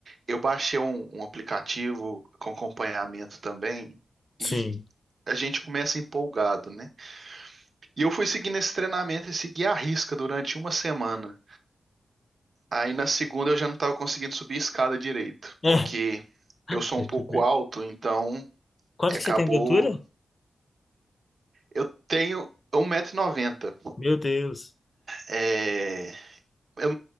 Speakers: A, on the right (about 55°); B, on the left (about 35°).
A: eu baixei um, um aplicativo com acompanhamento também
B: Sim.
A: e a gente começa empolgado, né? E eu fui seguindo esse treinamento e segui à risca durante uma semana. Aí na segunda eu já não estava conseguindo subir a escada direito,
B: É,
A: porque eu sou
B: é
A: um pouco
B: tipo isso.
A: alto, então
B: Quanto
A: é, acabou.
B: que você tem de altura?
A: Eu tenho um 1,90m.
B: Meu Deus.
A: É, eu,